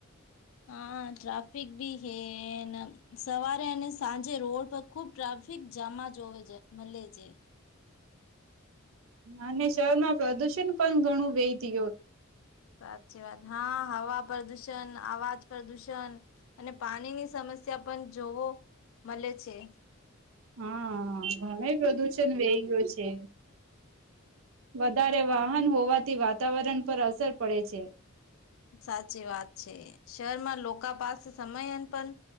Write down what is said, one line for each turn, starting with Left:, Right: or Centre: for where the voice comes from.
Left: હા, ટ્રાફિક ભી હે ન સવારે અને સાંજે રોડ પર ખુબ ટ્રાફ ફિક જામા જોવે મલે છે.
Right: અને શહેરમાં પ્રદુષણ પણ ઘણું વેહીતી ગયું.
Left: સાચી વાત હા હવા પ્રદુ ષન આવાજ પ્રદુષણ અને પાણીની સમસ્યા પણ જોવો. મલે છે.
Right: હા ઘણે પ્રદુષણ વેઇ ગયો છે. વધારે વાહન હોવાથી વાતાવરણ પર અસર પડે છે,
Left: સાચી વાત છે શહેરમાં લોકોકા પાસે સમયન પણ